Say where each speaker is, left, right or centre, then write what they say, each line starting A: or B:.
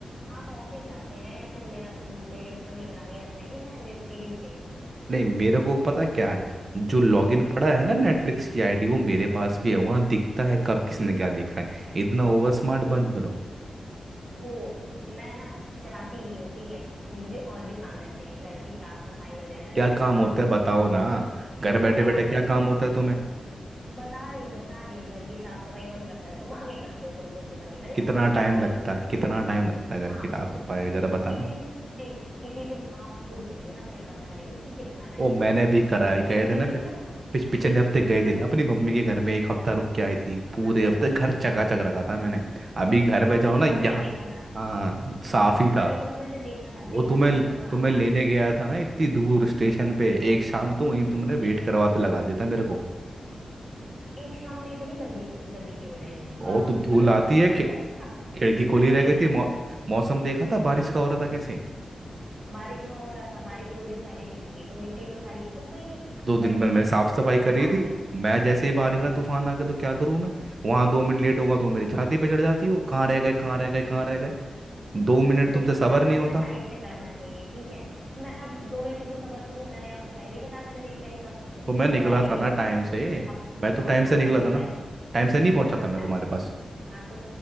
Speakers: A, on the right; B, on the right.
A: आप ऑफिस जाते हैं या फिर मेरा मेरे ऊपर निगरानी रख रहे हैं कि मैं वेब सीरीज देखती हूँ
B: नहीं मेरे को पता है क्या है जो लॉगिन
A: हम्म
B: पड़ा है ना नेटफ्लिक्स की आईडी वो मेरे पास भी है वहां दिखता है कब किसने क्या देखा है इतना ओवर स्मार्ट बंद बनो
A: ओ मैं ना चलाती नहीं हूँ ठीक है मुझे और भी काम रहते हैं घर की साफ सफाई वगैरह
B: क्या
A: घर देखना
B: काम होता है बताओ
A: और
B: ना घर
A: हाँ
B: बैठे
A: बता
B: बैठे
A: तो
B: क्या
A: रही
B: काम
A: हूँ
B: होता है तुम्हें
A: बता रही हूँ बता रही हूँ घर की साफ सफाई कौन करता है तुम आगे करते हो तुम तो सुबह निकल
B: कितना
A: जाते हो
B: टाइम
A: तैयार
B: लगता
A: हो
B: है कितना टाइम लगता है अगर
A: हाँ
B: किताब
A: हाँ
B: से
A: हाँ।
B: पाए जरा बताना
A: किसी नहीं किसी दिन आप खुद करिए ना फिर पता चलेगा कि कितना टाइम
B: ओ मैंने
A: लगता है
B: भी करा है
A: सिर्फ
B: गए
A: बोलने
B: थे ना पि,
A: में ना
B: पिछ, पिछले हफ्ते गए
A: हम्म
B: थे ना अपनी मम्मी
A: हम्म,
B: के घर में एक हफ्ता रुक के आई थी पूरे
A: हाँ तो
B: हफ्ते घर चका चक रखा था मैंने अभी
A: हम्म,
B: घर में
A: आने
B: जाओ
A: के
B: ना
A: बाद
B: यहाँ
A: मैंने देखा था
B: हाँ साफ ही
A: आने
B: था
A: के बाद मैंने देखा था
B: वो
A: देखा
B: तुम्हें
A: था कितना साफ
B: तुम्हें लेने
A: था
B: गया था ना इतनी दूर स्टेशन पे एक शाम तो वहीं तुमने
A: ए,
B: वेट करवाते लगा देता मेरे को
A: एक शाम में इतनी गंदी हो, गंदगी हो जाएगी
B: बहुत
A: वाह
B: धूल
A: मतलब
B: आती
A: कोई लॉजिक
B: है खि-
A: है इसका
B: खिड़की खोली रह
A: नहीं
B: गई
A: नहीं
B: थी मौ, मौसम देखा था
A: हाँ
B: बारिश का हो रहा था कैसे
A: बारिश का हो रहा था बारिश दो दिन पहले भी हुई थी तो मिट्टी तो सारी सूख गई थी
B: दो दिन
A: वैसे
B: में मैंने
A: भी
B: साफ सफाई
A: तो धूल
B: करी
A: कहाँ
B: थी
A: से आई?
B: मैं जैसे ही बाहर निकला तूफान आ गया तो क्या करूं मैं वहां दो मिनट लेट होगा तो मेरी छाती पे चढ़ जाती हो कहाँ रह गए कहाँ रह गए कहाँ रह गए दो मिनट
A: हाँ तो
B: तुमसे
A: अपना
B: सबर
A: काम
B: नहीं
A: ना
B: होता
A: टाइम से करना चाहिए ठीक है तो मैं अब दो मिनट क्यों सबर करूं मैंने आपको पहले ही बताया था मेरी ट्रेन कब
B: तो मैं निकला
A: कब आएगी
B: था ना
A: तो
B: टाइम
A: आपको
B: से
A: आप,
B: मैं तो टाइम
A: आपको
B: से
A: अपना
B: निकला
A: टाइम
B: था ना
A: पे
B: टाइम से नहीं पहुंचा
A: कहाँ
B: था मैं
A: टा-
B: तुम्हारे पास
A: हाँ तो